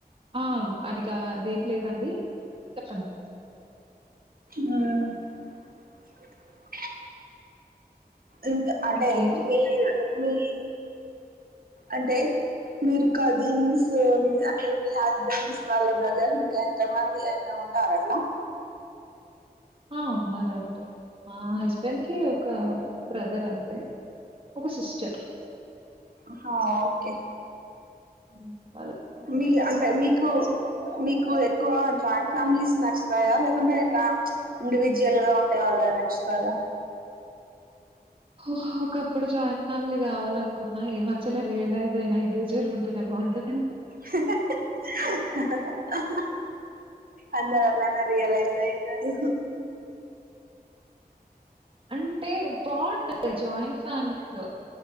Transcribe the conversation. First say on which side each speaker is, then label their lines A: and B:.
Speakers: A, on the right; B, on the right.
A: ఆ అదిగాథ. ఆదేం లేదు. త అండి, చెప్పండి.
B: హ్మ్. <unintelligible> ఇంకా అంటే.
A: ఇంకేం చె
B: మీర్ మీ అంటే. మీరు కజిన్స్, మీ అంటే మీ హస్బెండ్స్ మళ్ల బ్రదర్స్ ఇంకా ఎంత మంది ఎన్న. ఉంటార ఎట్లా.
A: ఆ, ఉన్నారండి. మా హస్బెండ్‌కి ఒక బ్రదర్ అంతే. ఒక, సిస్టర్.
B: హా, ఓకే!
A: ఉమ్.
B: మీ అంటే, మీకు మీకు ఎక్కువ. జాయింట్ ఫ్యామిలీస్ నచ్చుతాయా? లేకుంటే ఇట్లా ఇండివిడ్యువల్‌గా, ఉండే వాళ్లది నచ్. నచ్చుతాదా?
A: ఒహో, ఒకప్పుడు జాయింట్ ఫ్యామిలీ కావాలనుకున్నా, ఈ మధ్యలో రియలైజ్ అయినా, ఇండివిజువల్‌గా ఉంటేనే బాగు. బావుంటదా?
B: హీ హా హె.... అందరూ అట్లానే, రియలైజ్ అయితారు.
A: అంటే, బావుంటది జాయింట్ ఫ్యామిలీలో,